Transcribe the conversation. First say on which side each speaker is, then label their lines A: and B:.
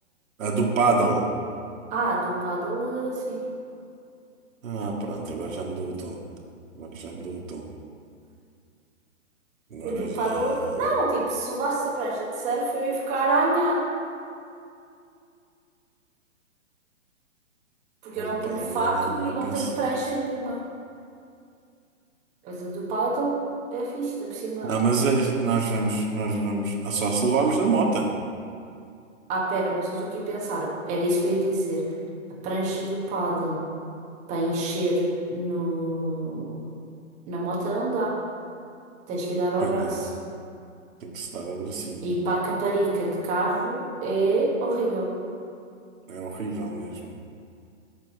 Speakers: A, on the right (about 80°); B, on the right (about 20°).
A: A do paddle.
B: Ah, do paddle, eh, sim.
A: Ah, pronto, agora já mudou o tom. Agora já mudou o tom. Agora
B: O do
A: já.
B: paddle. Não, tipo, se levasse a prancha de surf, eu ia ficar a anhar. Porque
A: A
B: eu
A: do
B: não
A: paddle
B: tenho fato
A: não é nada mal
B: e
A: pensando.
B: não tenho prancha nenhuma. Mas a do paddle é fixe, ainda por cima.
A: Ah, mas eh, nós vamos. Nós vamos. Ah, só se levarmos na mota.
B: Ah, pera, mas eu estou aqui a pensar. Era isso que eu ia dizer. A prancha do paddle para encher no... na moto não dá. Tens que dar ao
A: Pois
B: braço.
A: não, tem que se dar ao bracinho.
B: E para a caparica de carro é horrível.
A: É horrível mesmo.